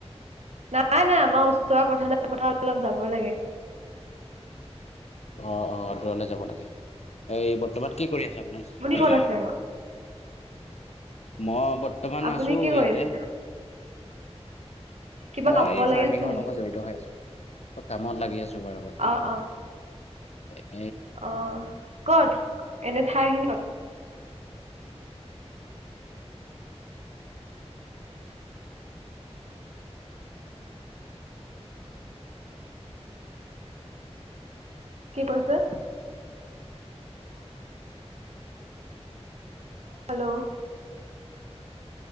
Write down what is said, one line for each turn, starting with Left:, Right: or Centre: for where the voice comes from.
Right: নাই নাই আমাৰ ওচৰৰ পথ নে পথাাৰ অলপ যাব লাগে।
Left: অ অ দূৰলে যাব লাগে এই বৰ্তমান। কি কৰি আছে আপুনি?
Right: ক'ত আছে
Left: মই বৰ্তমান
Right: আপুনি
Left: আছো
Right: কি কৰি
Left: ইয়াতে।
Right: আছে কিবা
Left: মই
Right: কামত
Left: ফাৰ্মিঙৰ
Right: লাগি আছে নেকি
Left: লগত জড়িত হৈ আছো। কামত লাগি আছো বাৰু বৰ্তমান
Right: অ অ
Left: এ
Right: অ কত এনে ঠাইখিনি কি কৈছে? Hello